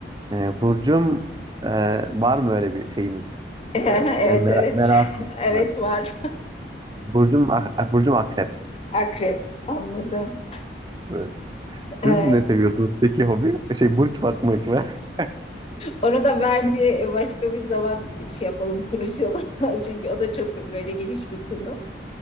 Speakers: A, on the right; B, on the left.
A: E, Burcum e, var mı öyle bir şeyiniz?
B: <laughs> Evet
A: E, yani merak,
B: evet.
A: merakınız
B: <laughs> Evet
A: mı?
B: var.
A: Burcum, ak- Burcum akrep.
B: <laughs> Akrep. Anladım.
A: Evet. Siz
B: Ee,
A: ne seviyorsunuz
B: <laughs>
A: peki hobi? Şey burç bakmak mı? <laughs>
B: onu da bence başka bir zaman şey yapalım, konuşalım. <laughs> Çünkü o da çok böyle geniş bir konu.